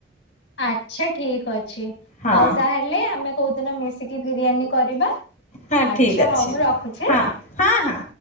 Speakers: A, on the left; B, on the left.
A: ଆଚ୍ଛା ଠିକ୍ ଅଛି
B: ହଁ
A: ଆଉ ତାହେଲେ ଆମେ କୋଉଦିନ ମିଶିକି ବିରିୟାନୀ କରିବା
B: ହଁ ଠିକ୍
A: ଆଛା
B: ଅଛି।
A: ହଉ ମୁଁ ରଖୁଛି
B: ହଁ
A: ହେଲା।
B: ହଁ ହଁ।